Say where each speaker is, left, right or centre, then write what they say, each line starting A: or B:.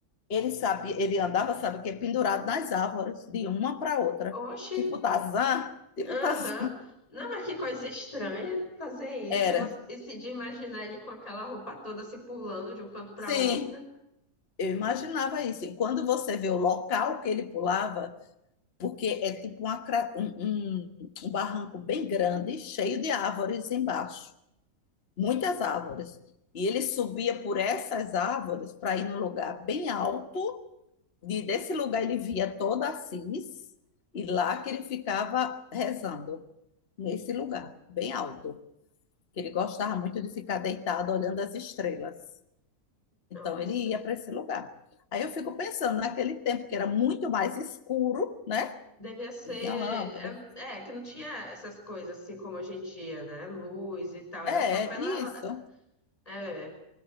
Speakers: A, on the left; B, on the left.
A: ele sabia, ele andava, sabe o quê? Pendurado nas árvores, de uma para outra.
B: Oxi,
A: Tipo Tarzan, tipo
B: aham.
A: Tarzan.
B: Não, mas que coisa estranha fazer isso
A: <laughs> Era.
B: e, você, e se de imaginar ele com aquela roupa toda se pulando de um canto para
A: Sim,
B: outro.
A: eu imaginava isso. E quando você vê o local que ele pulava, porque é tipo uma cra- um, um um barranco bem grande, cheio de árvores embaixo. muitas árvores. E ele subia por essas árvores para ir num lugar bem alto, e desse lugar ele via toda Assis, e lá que ele ficava rezando, nesse lugar, bem alto. Que ele gostava muito de ficar deitado olhando as estrelas. Então
B: Nossa,
A: ele ia para esse lugar. Aí eu fico pensando naquele tempo que era muito mais escuro, né?
B: devia ser.
A: Não tinha lâmpada.
B: É, é, que não tinha essas coisas assim como hoje em dia, né? Luz e tal,
A: É,
B: era só pela.
A: isso.
B: la- É,